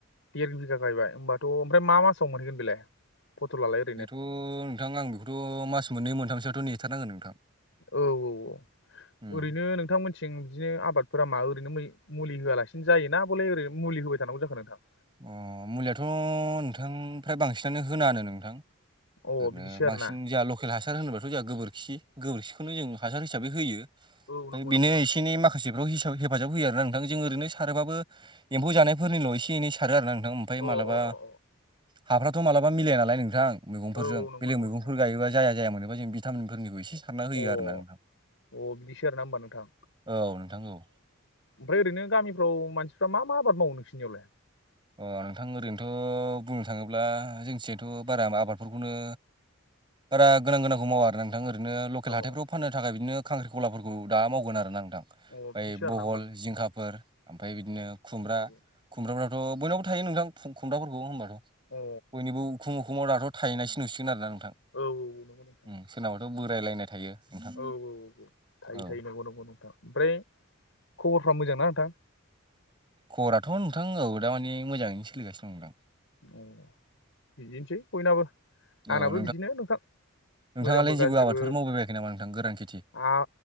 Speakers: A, on the left; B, on the right.
A: देर बिगा गायबाय होमबाथ' ओमफ्राय मा मासाव मोनहैगोन बेलाय फथल लालाय
B: बेथ नोंथां आं बेखौथ' मास मोननै मोनथामसोआथ' नेथारनांगोन नोंथां।
A: औ औ औ
B: उम
A: ओरैनो नोंथांमोनथिं बिदिनो आबादफोरा मा ओरैनो मुलि होआलासिनो जायोना बले ओरै मुलि होबाय थानांगौ जाखो नोंथां।
B: उम मुलियाथ' नोंथां फ्राय बांसिनानो होनाङानो नोंथां।
A: अ
B: ओरैनो
A: बिदिसो
B: बांसिन
A: आरोना
B: जोंहा लकेल हासार होनोबाथ' जोंहा गोबोरखि गोबोरखिखौनो जों हासार हिसाबै होयो। ओमफ्राय
A: औ नंगौ
B: बेनो
A: नंगौ नोंथां
B: एसे एनै माखासेफ्राव हिस हेफाजाब होयो आरो नोंथां जों ओरैनो सारोबाबो एम्फौ जानायफोरनिल' एसे एनै सारो आरो नों थां ओमफाय
A: अ
B: मालाबा
A: अ अ अ
B: हाफ्राथ' मालाबा मिलाया नालाय नोंथां। मैगंफोरजों
A: औ औ नंगौ
B: बेलेग
A: नंगौ
B: मैगंफोर
A: नोंथां
B: गायोबा जाया जाया मोनोबा जों भिटामिनफोरनिखौ एसे सारना होयो
A: अ
B: आरोना नोंथां
A: अ बिदिसो आरोना होमबा नोंथां
B: औ नोंथां औ।
A: ओमफ्राय ओरैनो गामिफ्राव मानसिफ्रा मा मा आबाद मावो नोंसोरनियावलाय
B: अ नोंथां ओरैनोथ' बुंनो थाङोब्ला जोंनिथिंजायथ' बारा आबादफोरखौनो बारा गोनां गोनांखौ मावा आरो नोंथां ओरैनो लकेल
A: अ
B: हाथाइफ्राव फाननो थाखाय बिदिनो खांख्रिखलाफोरखौ दा मावगोन आरो ना नोंथां ओमफ्राय
A: अ बिदिसो आरोना
B: बहल
A: होमबा नोंथां
B: जिंखाफोर ओमफाय बिदिनो खुमब्रा
A: औ
B: खुमब्राफ्राथ' बयनावबो थायो नोंथां खुमब्राफोरखौ होनबाथ'
A: औ
B: बयनिबो उखुम उखुमाव दाथ' थायनायसो नुसिगोन आरोना नोंथां
A: अ औ नंगौ नोंथां
B: उम सोरनाबाथ' बोरायलायनाय थायो नोंथां
A: औ औ थायो
B: औ
A: थायो नंगौ नंगौ नोंथां ओमफ्राय खबरफ्रा मोजां ना नोंथां
B: खबराथ' नोंथां औ दा मानि मोजाङैनो सोलिगासिनो दं दा
A: अ बिदिनोसै बयनाबो
B: औ
A: आंनाबो
B: औ
A: बिदिनो नोंथां
B: नोंथाङालाय
A: मोजांबो
B: जेबो
A: गाज्रिबो
B: आबादफोर मावबायबायाखै नामा नोंथां गोरान खेथि
A: आ